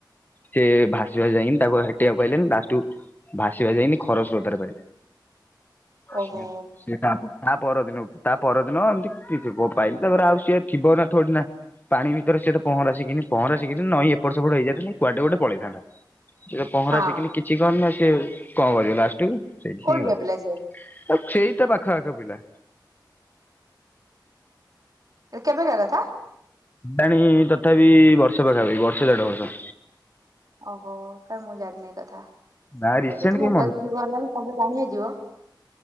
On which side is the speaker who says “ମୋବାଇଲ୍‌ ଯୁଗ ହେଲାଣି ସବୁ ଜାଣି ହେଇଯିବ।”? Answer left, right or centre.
Right